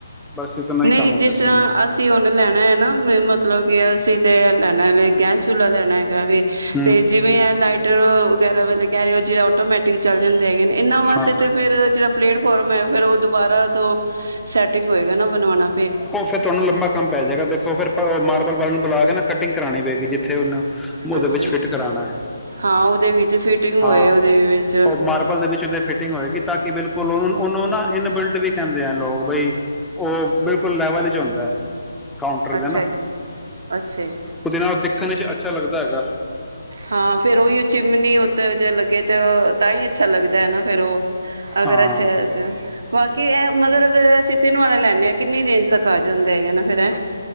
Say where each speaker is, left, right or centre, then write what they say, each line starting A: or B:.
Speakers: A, in the centre; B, on the right (about 65°).
A: ਬਸ ਇਤਨਾ ਹੀ
B: ਨਹੀਂ
A: ਕੰਮ ਹੁੰਦਾ
B: ਜਿਸ
A: ਚਿਮਨੀ
B: ਤਰ੍ਹਾਂ ਅਸੀਂ ਹੁਣ ਲੈਣਾ ਹੈ ਨਾ ਮਤਲਬ ਕੀ ਅਸੀਂ ਤੇ ਲੈਣਾ ਵੇ ਗੈਸ ਚੁਲਾ ਲੈਣਾ ਏ ਵੀ
A: ਹੂੰ
B: ਤੇ ਜਿਵੇਂ ਲਾਈਟਰ ਵਗੈਰਾ ਬਾਰੇ ਕਹਿ ਰਹੇ ਹੋ ਜਿਹੜੇ ਆਟੋਮੈਟਿਕ ਚੱਲ ਜਾਂਦੇ ਹੈਗੇ ਨੇ ਇਹਨਾਂ ਵਾਸਤੇ
A: ਹਾਂ
B: ਤੇ ਫਿਰ ਜਿਹੜਾ ਪਲੇਟਫਾਰਮ ਹੈ ਫਿਰ ਦੁਬਾਰਾ ਤੋਂ ਸੈਟਿੰਗ ਹੋਏਗਾ ਨਾ ਬਣਾਉਣਾ
A: ਉਹ ਫਿਰ ਤੁਹਾਨੂੰ ਲੰਬਾ ਕੰਮ ਪੈ ਜਾਏਗਾ ਦੇਖੋ ਫਿਰ ਉਹ ਮਾਰਬਲ ਵਾਲੇ ਨੂੰ ਬੁਲਾ ਕੇ ਨਾ ਕਟਿੰਗ ਕਰਾਉਣੀ ਪਏਗੀ ਜਿੱਥੇ ਉਹਨੂੰ ਉਹਦੇ
B: ਅੱਛਾ
A: ਵਿੱਚ ਫਿੱਟ ਕਰਾਉਣਾ ਹੈ
B: ਹਾਂ ਉਹਦੇ ਵਿੱਚ ਫਿਟਿੰਗ
A: ਹਾਂ
B: ਹੋਏ ਉਹਦੇ ਵਿੱਚ
A: ਉਹ ਮਾਰਬਲ ਦੇ ਵਿੱਚ ਉਹਦੇ ਫਿਟਿੰਗ ਹੋਏਗੀ ਤਾਂ ਕਿ ਬਿਲਕੁਲ ਬਿਲਕੁਲ ਉਹਨੂੰ ਨਾ ਇਨਬਿਲਟ ਵੀ ਕਹਿੰਦੇ ਆ ਲੋਕ ਬਈ ਉਹ ਬਿਲਕੁਲ ਲੈਵਲ 'ਚ ਹੁੰਦਾ ਕਾਊਂਟਰ
B: ਅੱਛਾ
A: ਦੇ ਨਾ
B: ਜੀ, ਅੱਛਾ ਜੀ।
A: ਉਹਦੇ ਨਾਲ ਦੇਖਣ ਚ ਅੱਛਾ ਲੱਗਦਾ ਹੈਗਾ
B: ਹਾਂ ਫੇਰ ਉਹੀ ਚਿਮਨੀ ਉੱਤੇ ਜੇ ਲੱਗੇ ਤੇ ਤਾਂ ਹੀ ਅੱਛਾ ਲੱਗਦਾ ਹਨ ਨਾ ਫੇਰ ਉਹ ਅਗਰ
A: ਹਾਂ
B: ਅੱਛਾ ਅੱਛਾ ਬਾਕੀ ਮਗਰ ਅਰ ਅਸੀਂ ਤਿੰਨ ਵਾਲਾ ਲੈਣੇ ਆ ਕਿੰਨੀ ਰੇਂਜ ਤੱਕ ਜਾਂਦੇ ਹੈਗੇ ਨਾ ਫਿਰ ਏ